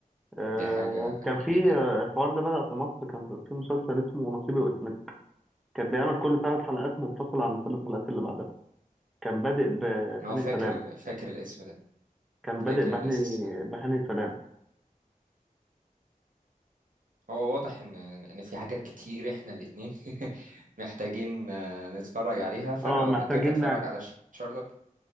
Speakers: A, in the centre; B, on the right.
A: آه
B: دي حاجة
A: كان في
B: جميلة
A: آه، الحوار ده بدأ في مصر كان في في مسلسل اسمه نصيبي وقسمتي كان بيعمل كل ثلاث حلقات منفصلة عن الثلاث حلقات اللي بعدها كان بادئ بهاني
B: هو فاكر
A: سلام
B: ال... فاكر الاسم ده
A: كان
B: فاكر
A: بادئ بهاني
B: الاسم ده
A: بهاني سلام
B: هو واضح ان ان في حاجات كتير احنا الاتنين <laughs> محتاجين آه، نتفرج عليها فانا
A: اه
B: اقول
A: محتاجين
B: لك انت اتفرج
A: نعكس.
B: على ش- شارلوك